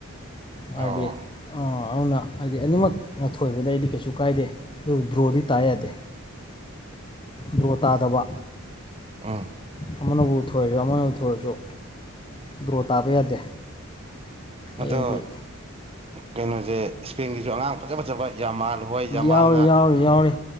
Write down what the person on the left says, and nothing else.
ꯍꯥꯏꯗꯤ
ꯑꯥ ꯑꯗꯨꯅ ꯍꯥꯏꯗꯤ ꯑꯅꯤꯃꯛꯅꯊꯣꯏꯕꯗ ꯑꯩꯗꯤ ꯀꯩꯁꯨ ꯀꯥꯏꯗꯦ ꯑꯗꯨꯕꯨ ꯗ꯭ꯔꯣꯗꯤ ꯇꯥ ꯌꯥꯗꯦ ꯗ꯭ꯔꯣꯇꯥꯥꯗꯕ
ꯑꯃꯅꯕꯨ ꯊꯣꯏꯔꯁꯨ ꯑꯃꯅꯕꯨ ꯊꯣꯏꯔꯁꯨ ꯗ꯭ꯔꯣ ꯇꯥꯕ ꯌꯥꯗꯦ ꯑꯩ
ꯍꯥꯏꯗꯤ
ꯌꯥꯎꯔꯤ ꯌꯥꯎꯔꯤ ꯌꯥꯎꯔꯤ